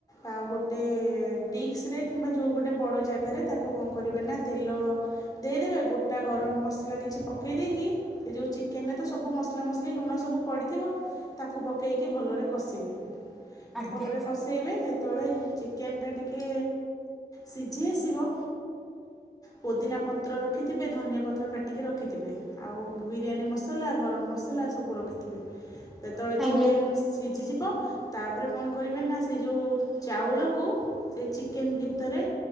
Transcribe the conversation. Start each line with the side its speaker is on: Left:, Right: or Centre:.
Left: ଆଉ ଗୋଟେ ଡିିକ୍ସ୍ ରେ କିମ୍ବା ଯୋଉ ଗୋଟେ ବଡ଼ ଜାଗାରେ, ତାକୁ କଣ କରିବେ ନା ତେଲ- ଦେଇଦେବେ। ଗୋଟା ଗରମ ମସଲା କିଛି ପକେଇ ଦେଇକି ସେ ଯେଉଁ ଚିକେନ୍ ରେ ତ ସବୁ ମସଲା ମସଲି ଲୁଣ ସବୁ ପଡ଼ିଥିବ, ତାକୁ ପକେଇକି ଭଲରେ କଷିବେ।
Centre: ଆଜ୍ଞା
Left: ଭଲରେ କଷେଇବେ। ଯେତେବେଳେ ଚିକେନଟା ଟିକେ ସିଝି ଆସିବ
Centre: <inaudible>
Left: ପୋଦିନା ପତ୍ର ରଖିଥିବେ, ଧନିଆ ପତ୍ର କାଟିକି ରଖିଥିବେ, ଆଉ ବିରିୟାନୀ ମସଲା, ଗରମ ମସଲା ସବୁ ରଖିଥିବେ। ଯେତେବେଳେ
Centre: ଆଜ୍ଞା
Left: ଚିକେନ୍ ସିଝିଯିବ ତାପରେ କଣ କରିବେ ନା, ସେ ଯୋଉ ଚାଉଳକୁ ସେ ଚିକେନ୍ ଭିତରେ